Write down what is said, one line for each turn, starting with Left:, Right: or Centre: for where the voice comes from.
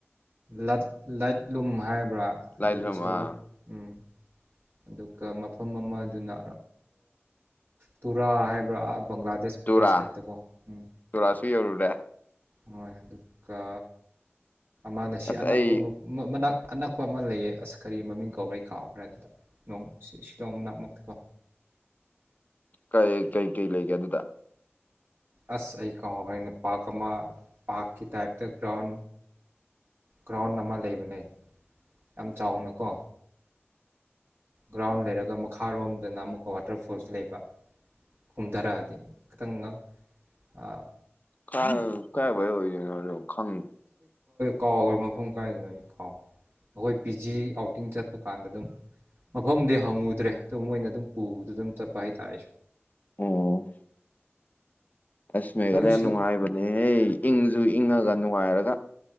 Right: ꯂ ꯂꯠꯂꯨ ꯍꯥꯏ ꯕꯔꯥ
Left: ꯂꯥꯏ
Right: ꯑꯗꯨꯗꯁꯨ
Left: ꯂꯝ ꯑꯥ
Right: ꯎꯝ ꯑꯗꯨꯒ ꯃꯐꯝ ꯑꯃꯗꯨꯅ ꯇꯨꯔꯥ ꯍꯥꯏꯕ꯭ꯔꯥ ꯕꯪꯒ꯭ꯂꯥꯗꯦꯁ ꯕꯣꯔꯗꯔ
Left: ꯇꯨꯔꯥ
Right: ꯁꯥꯏꯠꯇꯀꯣ ꯎꯝ
Left: ꯇꯨꯔꯥꯁꯨ ꯌꯧꯔꯨꯔꯦ
Right: ꯍꯣꯏ ꯑꯗꯨꯀ ꯃꯥꯅ ꯁꯤ
Left: ꯑꯁ
Right: ꯑꯅꯛꯄ
Left: ꯑꯩ
Right: ꯃꯅꯥꯛ ꯑꯅꯛꯄ ꯑꯃ ꯂꯩꯑ ꯑꯁ ꯀꯔꯤ ꯃꯃꯤꯡ ꯀꯧꯔꯦ ꯀꯥꯎꯈ꯭ꯔꯦ ꯑꯗꯨꯗ ꯅꯣꯡ ꯁꯤ ꯁꯤꯗꯧ ꯅꯛꯃꯛꯇꯦꯀꯣ
Left: ꯀꯩ ꯀꯩ ꯀꯩ ꯂꯩꯒꯦ ꯑꯗꯨꯗ
Right: ꯑꯁ ꯑꯩ ꯀꯥꯎ ꯍꯣꯔꯦꯅ ꯄꯥꯔ ꯑꯃ ꯄꯥꯔꯛꯀꯤ ꯇꯥꯏꯞꯇ ꯒ꯭ꯔꯥꯎꯟ ꯒ꯭ꯔꯥꯎꯟ ꯑꯃ ꯂꯩꯕꯅꯦ ꯌꯥꯝ ꯆꯥꯎꯅꯀꯣ ꯒ꯭ꯔꯥꯎꯟ ꯂꯩꯔꯒ ꯃꯈꯥꯔꯣꯝꯗꯅ ꯑꯃꯨꯛꯀ ꯋꯥꯇꯔꯐꯣꯜꯁ ꯂꯩꯕ ꯀꯨꯝꯊꯔꯛꯑꯗꯤ ꯈꯤꯇꯪ ꯑꯥ
Left: ꯀ ꯀꯥꯏꯚꯥꯏ ꯑꯣꯏꯗ ꯈꯪ
Right: ꯀꯥꯎꯈ꯭ꯔꯦ ꯃꯐꯝ ꯀꯥꯏꯗꯅꯣ ꯑꯩ ꯀꯥꯎ ꯑꯩꯈꯣꯏ ꯄꯤ ꯖꯤ ꯑꯥꯎꯇꯤꯡ ꯆꯠꯄ ꯀꯥꯟꯗ ꯑꯗꯨꯝ ꯃꯐꯝꯗꯤ ꯍꯪꯉꯨꯗ꯭ꯔꯦ ꯑꯗꯨꯝ ꯃꯣꯏꯅ ꯑꯗꯨꯝ ꯄꯨꯗ ꯑꯗꯨꯝ ꯆꯠꯄ ꯄꯍꯤ ꯇꯑ
Left: ꯑꯣꯝ ꯑꯁ ꯃꯦꯘꯂꯌꯥ
Right: ꯅꯪꯁꯨ
Left: ꯅꯨꯡꯉꯥꯏꯕꯅꯦꯍꯦ
Right: ꯁꯤꯂꯣꯡ
Left: ꯏꯪꯁꯨ ꯏꯪꯉꯒ ꯅꯨꯡꯉꯥꯏꯔꯒ